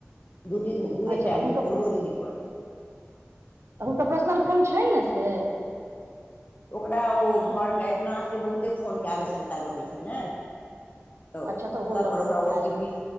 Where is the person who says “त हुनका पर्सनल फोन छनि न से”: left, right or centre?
Right